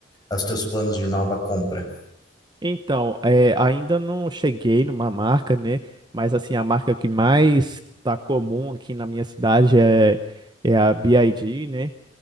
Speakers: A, on the left (about 25°); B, on the right (about 25°).
A: os teus planos de nova compra?
B: Então, é, ainda não cheguei numa marca, né? Mas assim, a marca que mais tá comum aqui na minha cidade é, é a BYD, né?